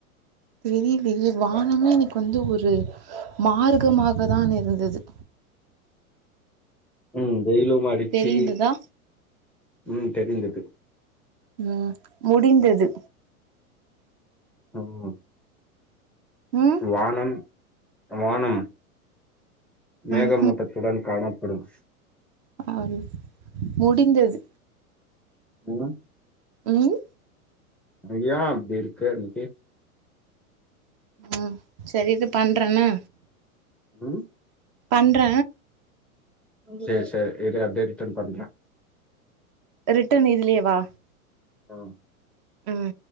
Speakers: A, on the right (about 40°); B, in the centre.
A: தெரியலையே வானமே எனக்கு வந்து ஒரு மாரு க்கமாக தான் இருந்தது
B: ம் வெயயிலும் அடிச்சு
A: தெரிந்ததா
B: ம் தெரி்ந்தது
A: நா முடிந்தது
B: ஆமா
A: ம்
B: வானன் வானம் மேகமூட்டதுடன்
A: ம்
B: காண படும்
A: ஆரு முடிந்தது
B: இன்ன
A: ம்
B: ஐயா அப்டி இருக்கறியே
A: ம் சரி இது பண்றணா
B: ம்
A: பன்ற
B: சேர் செரி இருஅப்டியே ரிட்டர்ன் பண்ற
A: ரிட்டர்ன் இதுலியேவா
B: அ
A: ம்